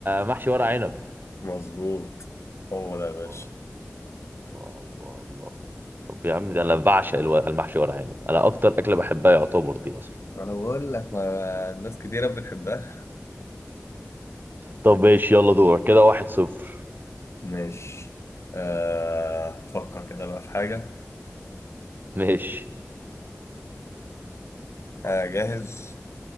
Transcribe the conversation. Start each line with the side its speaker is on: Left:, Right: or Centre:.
Right: محشي ورق عنب
Left: مظبوط هو ده يا
Right: الله
Left: باشا
Right: الله الله الله طب يا عم ده انا بعشق الو- المحشي ورق عنب انا اكتر اكله بحبها يعتبر دي اصلا
Left: انا بقول لك ما الناس كتيرة بتحبها
Right: طب ماشي يلا دورك كده واحد صفر
Left: ماشي آه، فكر كده بقى في حاجة
Right: ماشي
Left: آه، جاهز